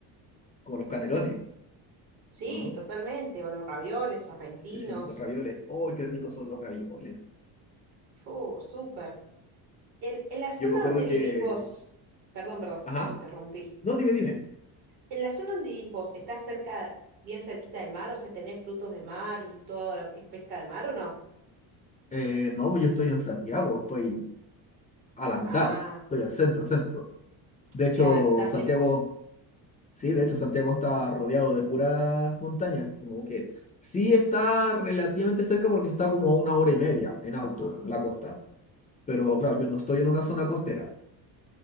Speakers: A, on the left; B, on the right.
A: como los canelones,
B: Sí,
A: ¿o no?
B: totalmente, o los ravioles, sorrentinos.
A: Sí, sí, los ravioles. ¡Oh, qué ricos son los ravioles!
B: Fu, súper. En, en la zona
A: Yo me acuerdo
B: donde
A: que...
B: vivís vos, perdón, perdón,
A: Ajá.
B: te interrumpí.
A: No, dime, dime.
B: En la zona donde vivís vos, ¿estás cerca, bien cerquita del mar? O sea, ¿tenés frutos de mar y todo lo que es pesca de mar o no?
A: Eh, no, yo estoy en Santiago, estoy a la mitad,
B: Ah.
A: estoy al centro, centro. De hecho,
B: Claro, estás
A: Santiago,
B: lejos.
A: sí, de hecho, Santiago está rodeado de puras montañas, como que sí está relativamente cerca porque está como a una hora y media en auto, la costa. Pero claro, yo no estoy en una zona costera.